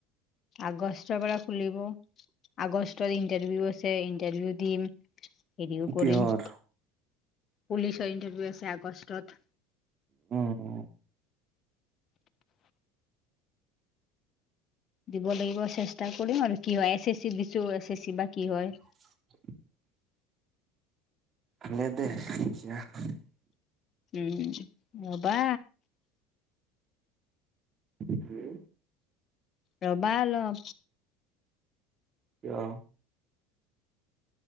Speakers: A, on the left; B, on the right.
A: আগষ্টৰ পৰা খুলিব আগষ্টত ইন্টাৰভিউ আছে ইণ্টাৰভিউ দিম হেৰিও
B: কিহৰ
A: কৰিম৷ পুলিচৰ ইণ্টাৰভিউ আছে আগষ্টত৷
B: উম
A: দিব লাগিব চেষ্টা কৰিম আৰু কি হয় এচ এচ চি দিছো এচ এচ চি বা কি হয়৷
B: <inaudible> ভালে দে <unintelligible>
A: উম ৰবা
B: উম
A: ৰবা অলপ৷
B: কিয়?